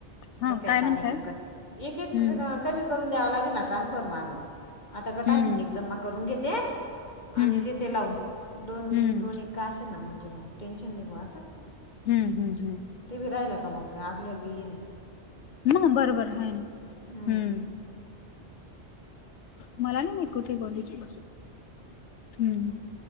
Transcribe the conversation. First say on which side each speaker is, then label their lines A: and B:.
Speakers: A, on the left; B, on the left.
A: हा
B: डोक्याला
A: काय म्हणताय
B: तान एक एक कट, एक एक
A: हम्म
B: ट्रा कमी करून द्यावा लागेल ना ट्रान्सफर मारून. आता गटांची
A: हम्म
B: चेक जमा करून घेते.
A: हम्म
B: आणि देते लावून. दोन
A: हम्म
B: दोन एक का अशे ना म्हणजे मग टेन्शन नाही भा असं.
A: हं हं हं.
B: ते बी राहिलं का मग आपल्याला बी हे नही.
A: मग बरोबर हाय ना.
B: हम्म
A: हं. मला नाही माहित, कुठे गेली ती? हं.